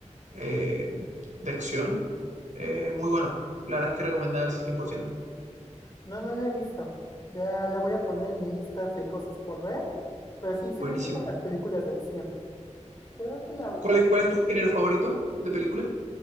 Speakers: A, on the right; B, on the left.
A: eh, de acción. Eh, muy bueno, la verdad es que recomendada al 100%.
B: No, no la he visto. Ya la voy a poner en mi lista de cosas por ver. Pero sí, sí
A: Buenísima.
B: me gustan las películas de acción. Creo que la ul-
A: ¿Cuál es, cuál es tu género favorito de película?